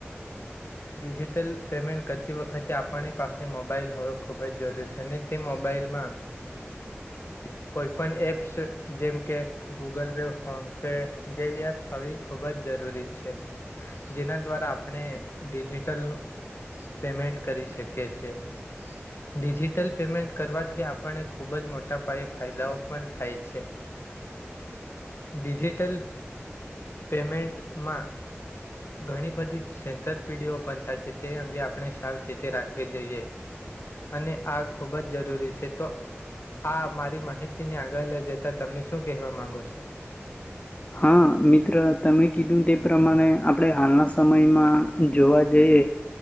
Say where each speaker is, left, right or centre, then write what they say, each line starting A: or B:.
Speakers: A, on the left; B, on the left.
A: <inaudible>
B: ડિજિટલ પેમેન્ટ કરતી વખતે આપણી પાસે મોબાઈલ હોવ ખૂબ જ જરૂરી છે, અને તે મોબાઈલમાં
A: <inaudible>
B: કોઈ પણ એપ્સ જેમ કે ગૂગલ પે ફોન પે જેવી એપ્સ હોવી ખૂબ જ જરૂરી છે, જેના દ્વારા આપણે ડિજિટલ પેમેન્ટ કરી શકે છે. ડિજિટલ પેમેન્ટ કરવાથી આપણને ખૂબ જ મોટા પાયે ફાયદાઓ પણ થાય છે.
A: <inaudible>
B: ડિજિટલ પેમેન્ટમાં ઘણી બધી સેંતર પેઢીઓ પણ થાય છે તે અંગે આપણે સાવચેતી રાખવી જોઈએ. અને આ ખૂબ જ જરૂરી છે, તો આ મારી માહિતી ને આગળ લઈ જતા તમે શું કહેવા માંગો છો,
A: હા, મિત્ર તમે કીધું તે પ્રમાણે આપણે હાલના સમયમાં જોવા જઈએ,